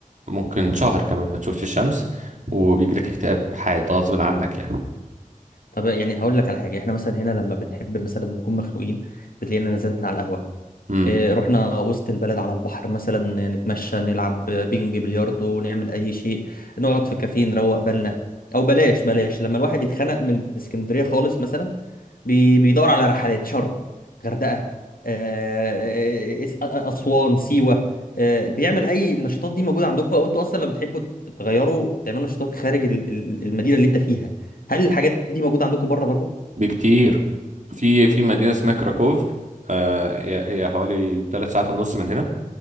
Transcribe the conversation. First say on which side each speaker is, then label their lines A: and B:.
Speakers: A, on the right; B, on the left.
A: ممكن شهر كمان ما تشوفش الشمس وبيجي لك اكتئاب حاد غصب عنك يعني
B: طب يعني هقول لك على حاجه احنا مثلا هنا لما بنحب مثلا نكون مخنوقين بتلاقينا نزلنا على القهوه
A: امم
B: إيه، رحنا وسط البلد على البحر مثلا نتمشى نلعب بينج بلياردو نعمل اي شيء نقعد في كافيه نروق بالنا او بلاش بلاش لما الواحد يتخنق من اسكندرية خالص مثلا بي- بيدور على رحلات شرم غردقة آه، إس- أ- أ- أسوان سيوة آه، بيعمل أي النشاطات دي موجودة عندكم أو أنتوا أصلا لما بتحبوا تغيروا تعملوا نشاطات خارج ال- ال- المدينة اللي أنت فيها هل الحاجات دي موجودة عندكم بره برضو؟
A: بكتير في في مدينه اسمها كراكوف آه هي هي حوالي ثلاث ساعات ونص من هنا